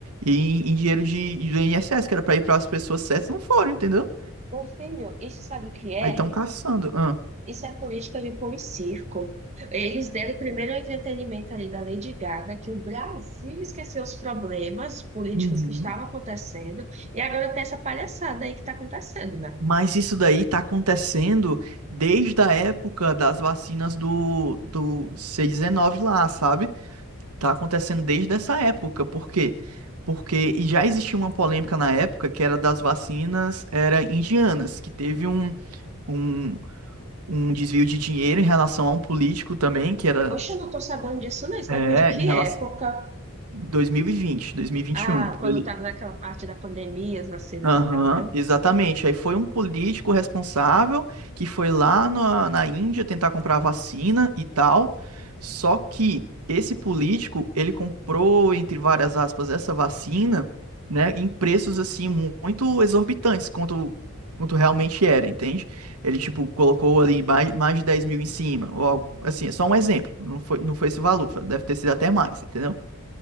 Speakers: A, on the right (about 90°); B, on the right (about 30°).
A: em, em dinheiro de, do INSS, que era pra ir para as pessoas certas, não foram, entendeu?
B: Meu filho, isso sabe o que é?
A: Aí estão caçando. Ah.
B: Isso é política de pão e circo. Eles deram primeiro o entretenimento ali da Lady Gaga, que o Brasil esqueceu os problemas políticos
A: Uhum.
B: que estavam acontecendo, e agora tem essa palhaçada aí que está acontecendo, né?
A: Mas isso daí tá acontecendo desde a época das vacinas do, do C19 lá, sabe? Tá acontecendo desde essa época. Por quê? Porque e já existia uma polêmica na época que era das vacinas era indianas, que teve um, um, um desvio de dinheiro em relação a um político também, que era
B: Poxa, eu não tô sabendo disso, não. Isso
A: é,
B: deve de que
A: em relação
B: época?
A: dois dois mil mil e e vinte dois mil e vinte
B: Ah,
A: e um por
B: quando
A: ali.
B: tava naquela parte da pandemia, as vacinas
A: Aham,
B: e tal, né?
A: exatamente. Aí foi um político responsável que foi lá na, na Índia tentar comprar a vacina e tal. Só que esse político, ele comprou, entre várias aspas, essa vacina, né, em preços assim mu- muito exorbitantes quanto, quanto realmente era, entende? Ele, tipo, colocou ali mais, mais de 10 mil em cima, ou algo assim, é só um exemplo. Não foi, não foi esse valor, deve ter sido até mais, entendeu?